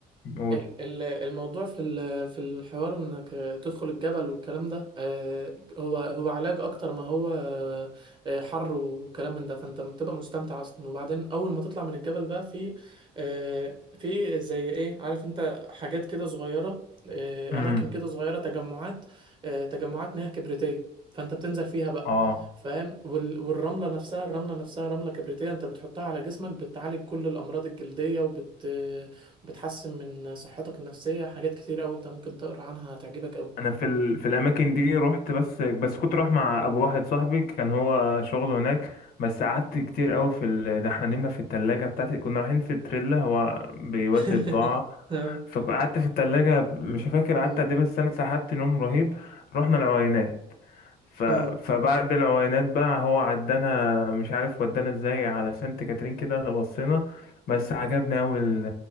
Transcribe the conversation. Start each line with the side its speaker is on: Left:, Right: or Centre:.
Left: قول
Right: ال- ال- الموضوع في ال- في الحوار انك تدخل الجبل والكلام ده آه، هو هو علاج اكتر ما هو آه، حر وكلام من ده فانت بتبقى مستمتع اصلا وبعدين اول ما تطلع من الجبل بقى في آه، في زي ايه عارف انت حاجات كده صغيرة آه،
Left: امم
Right: اماكن كده صغيرة تجمعات آه، تجمعات مياه كبريتية فانت بتنزل فيها بقى
Left: اه
Right: فاهم وال- والرملة نفسها الرملة نفسها رملة كبريتية انت بتحطها على جسمك بتعالج كل الامراض الجلدية وبت بتحسن من صحتك النفسية حاجات كتير أوي أنت ممكن تقرأ عنها هتعجبك أوي
Left: انا في ال... في الاماكن دي رحت بس بس كنت رايح مع ابو واحد صاحبي كان هو شغله هناك بس قعدت كتير قوي في ال... ده احنا نمنا في التلاجة بتاعتي كنا رايحين في التريلا هو بيودي
Right: <laughs>
Left: بضاعة
Right: اه
Left: فقعدت في التلاجة مش فاكر قعدت
Right: اه
Left: قد ايه بس انا سحبت نوم رهيب رحنا العوينات ف...
Right: آه.
Left: فبعد العوينات بقى هو عدانا مش عارف ودانا ازاي على سانت كاترين كده بصينا بس عجبني اوي ال-